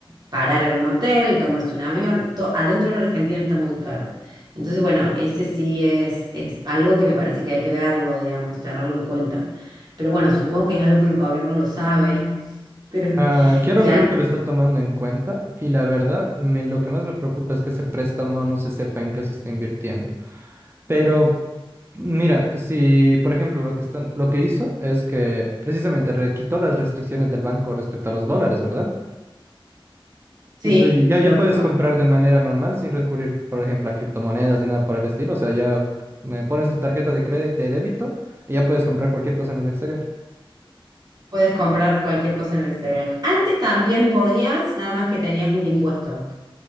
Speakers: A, on the right; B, on the right.
A: parar en un hotel, tomarse un avión, to- adentro de la Argentina está muy caro. Entonces, bueno, ese sí es, es algo que me parece que hay que verlo, digamos, tenerlo en cuenta. Pero bueno, supongo que es algo que el gobierno lo sabe, <laughs> pero
B: Ah, quiero
A: y
B: creer
A: al-
B: que lo está tomando en cuenta y la verdad, me, lo que más me preocupa es que ese préstamo no se sepa en qué se está invirtiendo. Pero mira, si por ejemplo lo que están, lo que hizo es que precisamente re- quitó las restricciones del banco respecto a los dólares, ¿verdad?
A: sí,
B: Y tú ya,
A: lo
B: ya puedes
A: que tampoco
B: comprar de manera normal sin recurrir, por ejemplo, a criptomonedas ni nada por el estilo. O sea, ya me pones tu tarjeta de crédito, de débito y ya puedes comprar cualquier cosa en el exterior.
A: puedes comprar cualquier cosa en el exterior. Antes también podías, nada más que tenías un impuesto.